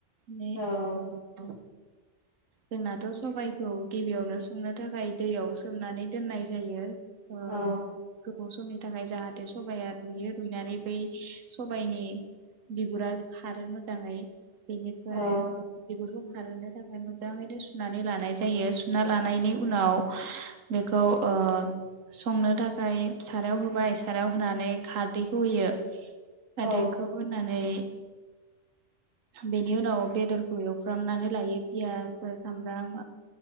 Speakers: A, on the right (about 80°); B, on the left (about 80°).
A: ने
B: औ
A: ओ जोंनाथ' सबाइ खौ गिबियावनो संनो थाखाय दैयाव सोमनानै दोननाय जायो ओ
B: औ
A: गोबाव समनि थाखाय जाहाथे सबाइया रुइयो रुइनानै बै सबाइनि बिगुरा खारो मोजाङै। बेनिफ्राय
B: औ
A: ओ बिगुरखौ खारहोनो थाखाय मोजाङैनो सुनानै लानाय जायो सुना लानायनि उनाव बेखौ ओ संनो थाखाय सारायाव होबाय सारायाव होनानै खारदैखौ होयो खारदैखौ
B: औ
A: होनानै बेनि उनाव बेदरखौ एवफ्रामनानै लायो पियास सामब्राम